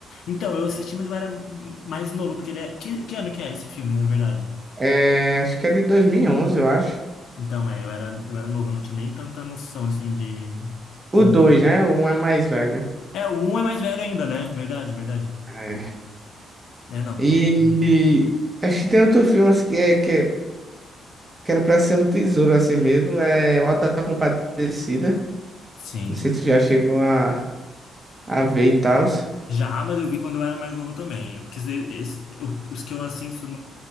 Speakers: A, on the left; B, on the right.
A: Então, eu assisti, mas eu era mais novo, porque ele é... Que, que ano que é esse filme, na verdade?
B: É, acho que é de dois mil e onze eu acho.
A: Então, é, eu era, eu era novo, eu não tinha nem tanta noção, assim, de...
B: O
A: Como...
B: dois, né? O Um é mais velho.
A: É, o um é mais velho ainda, né? Verdade, verdade.
B: É.
A: É, não,
B: E
A: tem que...
B: acho que tem outro filme assim, que é que, é- que era pra ser um tesouro assim mesmo. É O Auto da Compadecida.
A: Sim.
B: Não sei se tu já chegou a, a ver e tal.
A: Já, mas eu vi quando eu era mais novo também. É porque esse- esses, o- os que eu assisto